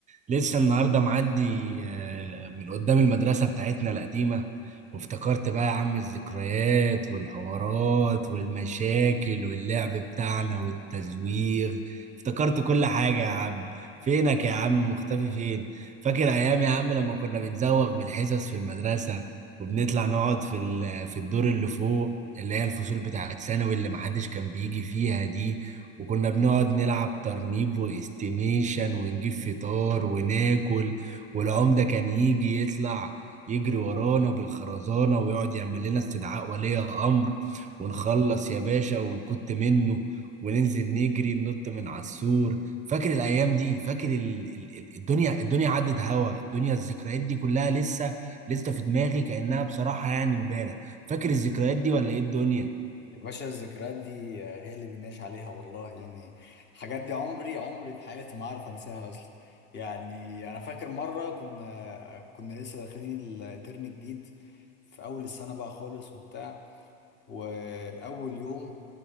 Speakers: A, on the right; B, on the left.
A: لسه النهارده معدي آه، من قدام المدرسه بتاعتنا القديمه وافتكرت بقى يا عم الذكريات والحوارات والمشاكل واللعب بتاعنا والتزويغ افتكرت كل حاجه يا عم فينك يا عم مختفي فين فاكر ايام يا عم لما كنا بنزوغ من الحصص في المدرسه وبنطلع نقعد في ال- في الدور اللي فوق اللي هي الفصول بتاعت ثانوي اللي محدش كان بيجي فيها دي وكنا بنقعد نلعب ترنيب واستيميشن ونجيب فطار وناكل والعمدة كان يجي يطلع يجري ورانا بالخرزانة ويقعد يعمل لنا استدعاء ولي أمر ونخلص يا باشا ونكت منه وننزل نجري ننط من على السور فاكر الأيام دي فاكر ال- ال- ال- الدنيا الدنيا عدت هوا الدنيا الذكريات دي كلها لسه لسه في دماغي كأنها بصراحة يعني امبارح فاكر الذكريات دي ولا ايه الدنيا
B: يا باشا الذكريات دي آه، هي اللي بنعيش عليها والله يعني الحاجات دي عمري عمري في حياتي ما عارف انساها اصلا يعني انا فاكر مره كنا كنا لسه داخلين الترم جديد في اول السنه بقى خالص وبتاع واول يوم